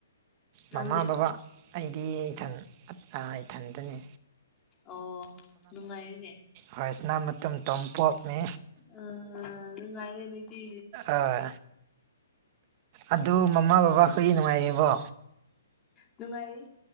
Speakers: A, on the left; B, on the right.
A: ꯅꯪꯗꯤ
B: ꯃꯃꯥ ꯕꯥ ꯑꯩꯗꯤ ꯏꯊꯟ ꯏꯊꯟꯗꯅꯦ
A: ꯑꯣ ꯅꯨꯡꯉꯥꯏꯔꯅꯦ
B: ꯍꯣꯏꯁꯤꯅ ꯃꯇ ꯇꯣꯝ ꯄꯣꯛꯞꯅꯤ
A: ꯑꯥ ꯅꯨꯡꯉꯥꯏꯔꯦ ꯅꯣꯏꯗꯤ
B: ꯑꯥ ꯑꯗꯨ ꯃꯃꯥ ꯕꯕꯥꯈꯣꯏꯒꯤ ꯅꯨꯡꯉꯥꯏꯔꯤꯕꯣ
A: ꯅꯨꯡꯉꯥꯏꯔꯤ